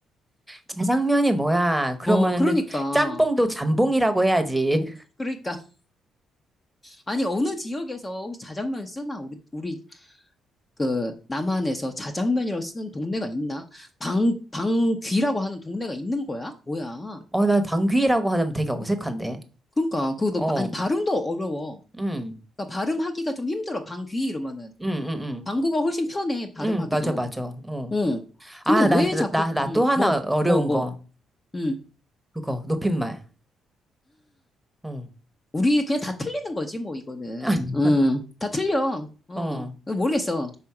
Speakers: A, in the centre; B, on the left.
A: 자장면이 뭐야? 그러면은
B: 어, 그러니까.
A: 짬뽕도 잠봉이라고 해야지.
B: 그러니까. <laughs> 아니, 어느 지역에서 혹시 자장면 쓰나? 우리, 우리, 그, 남한에서 자장면이라고 쓰는 동네가 있나? 방, 방귀라고 하는 동네가 있는 거야? 뭐야.
A: 어, 나 방귀라고 하면 되게 어색한데.
B: 그러니까, 그거, 너-
A: 어,
B: 아니, 발음도 어려워.
A: 응,
B: 그러니까 발음하기가 좀 힘들어. 방귀 이러면은.
A: 응, 응, 응.
B: 방구가 훨씬 편해, 발음하기도.
A: 응, 맞아, 맞아. 어.
B: 응. 근데
A: 아,
B: 왜
A: 나,
B: 자꾸,
A: 나, 나
B: 응,
A: 또 하나
B: 뭐,
A: 어려운
B: 뭐, 뭐,
A: 거.
B: 응.
A: 그거, 높임말. 어.
B: 우리 그냥 다 틀리는 거지, 뭐, 이거는.
A: <laughs>
B: 응, 다 틀려. 어,
A: 어,
B: 모르겠어.